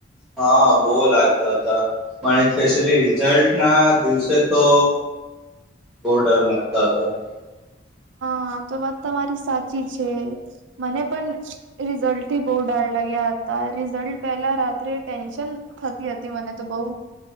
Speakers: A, in the centre; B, on the right (about 80°).
A: હા, બો લાગ્યો હતો. મને સ્પેશલી જલ્ટના દિવસે તો બો ડર લાગતો હતો. <inaudible>
B: હા, તો વાત તમારી સાચી છે. મને પણ રિઝલ્ટથી બો ડાર લાગ્યા તા રિઝલ્ટ પેલા રાત્રે ટેન્શન થતી હતી મને તો બોઉ.